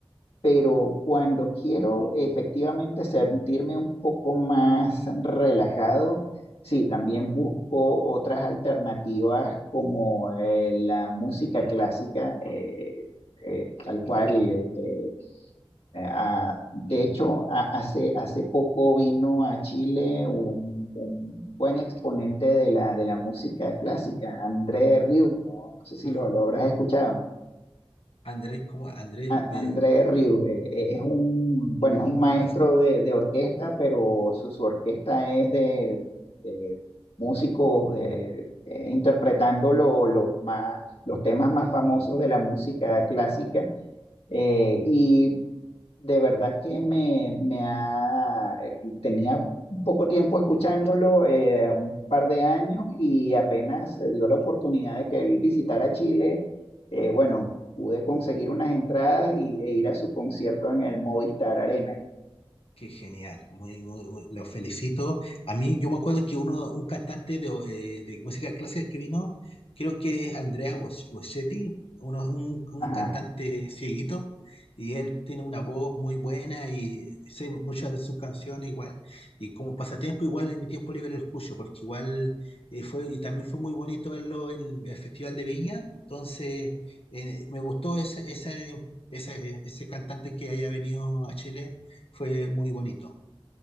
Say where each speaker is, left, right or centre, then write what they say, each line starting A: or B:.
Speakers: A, on the left (about 85°); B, on the left (about 70°).
A: pero cuando quiero efectivamente sentirme un poco más relajado, sí, también busco otras alternativas como eh, la música clásica, eh, eh, tal cual. este, eh, ah, de hecho, a- hace, hace poco vino a Chile un, un buen exponente de la, de la música clásica, André Rieu, no, no sé si
B: Ah,
A: lo, lo habrás escuchado.
B: Andrés, como Andrés,
A: A- André
B: eh,
A: Rieu eh, eh, es un, bueno, es un maestro
B: música.
A: de, de orquesta, pero su, su orquesta es de, de músicos de- eh, interpretando lo- lo más, los temas más famosos de la música clásica. Eh, y de verdad que me, me ha, eh, tenía poco tiempo escuchándolo, eh, un par de años, y apenas se dio la oportunidad de que él visitara Chile, eh, bueno, pude conseguir unas entradas y, e ir a su concierto en el Movistar Arena.
B: Qué genial, muy, muy, muy- los felicito. A mí, yo me acuerdo que uno, un cantante de, eh, de música clásica que vino, creo que es Andrea Bos- Bocelli, uno- un, un
A: Ajá.
B: cantante cieguito, y él tiene una voz muy buena y sé muchas de sus canciones igual, y como pasatiempo igual en mi tiempo libre lo escucho, porque igual eh, fue, y también fue muy bonito verlo en el Festival de Viña, entonces eh, me gustó ese, ese, ese, ese cantante que haya venido a Chile fue muy bonito,